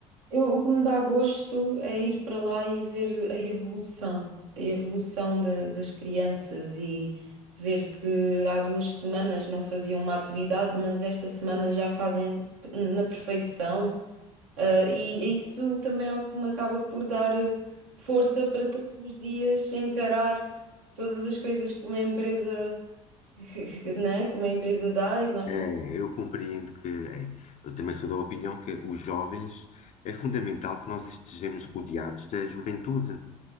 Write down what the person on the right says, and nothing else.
eu, o que me dá gosto é ir para lá e ver a evolução, a evolução da- das crianças e ver que há duas semanas não faziam uma atividade, mas esta semana já fazem na perfeição. Ah, e e isso também é o que me acaba por dar eh, força para todos os dias encarar todas as coisas que uma empresa que, que- né, que uma empresa dá e que nós
temos